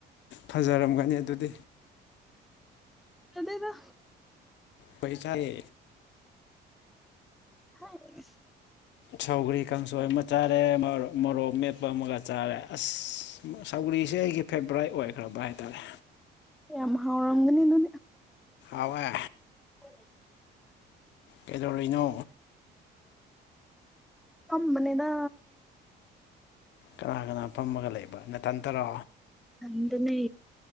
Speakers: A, on the left; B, in the centre.
A: ꯐꯖꯔꯝꯒꯅꯤ ꯑꯗꯨꯗꯤ꯫
B: ꯆꯗꯦꯗ꯫
A: ꯄꯩꯁꯥꯍꯦ꯫
B: ꯍꯥꯏ꯫
A: ꯁꯧꯒ꯭ꯔꯤ ꯀꯥꯡꯁꯣꯏ ꯑꯃꯆꯥꯔꯦ ꯃꯃꯣꯔꯣꯛ꯫ ꯃꯦꯠꯄ ꯑꯃꯒ ꯆꯥꯔꯦ ꯑꯁ ꯁꯧꯒꯔꯤꯁꯦ ꯑꯩꯒꯤ ꯐꯦꯕꯥꯔꯥꯏꯠ ꯑꯣꯏꯈ꯭ꯔꯕ ꯍꯥꯏꯇꯥꯔꯦ꯫
B: ꯑꯦ ꯍꯥꯎꯔꯝꯅꯤꯅ
A: ꯑꯋꯥ
B: ꯐ
A: ꯀꯩꯗꯧꯔꯤꯅꯣ
B: ꯑꯃꯅꯦꯗ
A: ꯀꯅꯥ ꯀꯅꯥ ꯐꯝꯃꯒ ꯂꯩꯕ ꯅ ꯇꯟ ꯇꯔꯥ
B: ꯅꯗꯅꯦ